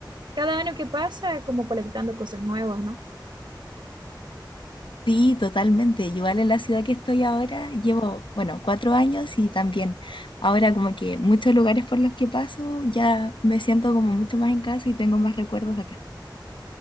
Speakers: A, on the right; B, on the left.
A: Cada año que pasa, como colectando cosas nuevas, ¿no?
B: Sí, totalmente. Igual en la ciudad que estoy ahora, llevo, bueno, cuatro años y también ahora como que muchos lugares por los que paso ya me siento como mucho más en casa y tengo más recuerdos acá.